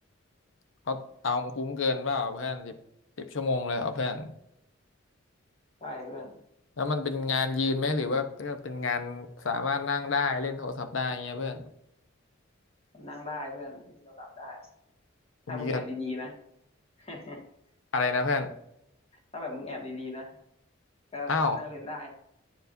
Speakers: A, on the left (about 70°); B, on the left (about 30°).
A: เขาเอาคุ้มเกินเปล่าเพื่อนสิบสิบชั่วโมงเลยเอาเพื่อน
B: ใช่เพื่อน
A: แล้วมันเป็นงานยืนไหมหรือว่าเป็นงานสามารถนั่งได้เล่นโทรศัพท์ได้เงี้ยเพื่อน
B: มันนั่งได้เพื่อนเล่นโทรศัพท์ได้ถ้ามึงแอบดีๆนะ
A: อุ้ยก็
B: <laughs>
A: อะไรนะเพื่อน
B: ถ้าแบบมึงแอบดีๆนะก็นั่งเล่นได้
A: อ้าว